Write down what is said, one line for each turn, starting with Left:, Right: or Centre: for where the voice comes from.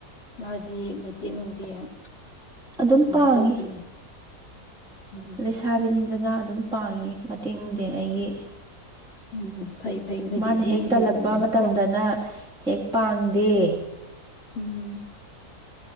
Left: ꯃꯥꯗꯤ ꯃꯇꯦꯡ ꯅꯨꯡꯗꯦꯡ
Centre: ꯑꯗꯨꯝ
Left: ꯀꯃꯥꯏꯅ
Centre: ꯄꯥꯡꯉꯤ
Left: ꯇꯧꯒꯦ ꯎꯝ
Centre: ꯂꯩꯁꯥꯕꯤꯅꯤꯗꯅ ꯑꯗꯨꯝ ꯄꯥꯡꯉꯤ ꯃꯠ ꯇꯦꯡ ꯅꯨꯡꯗꯦꯡ ꯑꯩꯒꯤ
Left: <inaudible> ꯅꯣꯏꯗꯤ
Centre: ꯃꯥꯅ
Left: ꯑꯗꯨ
Centre: ꯍꯦꯛ
Left: ꯑꯃ
Centre: ꯇꯜꯂꯛꯄ
Left: ꯂꯩꯕꯅꯤꯅꯀꯣ
Centre: ꯃꯇꯝꯗꯅ ꯍꯦꯛ ꯄꯥꯡꯗꯦ
Left: ꯎꯝ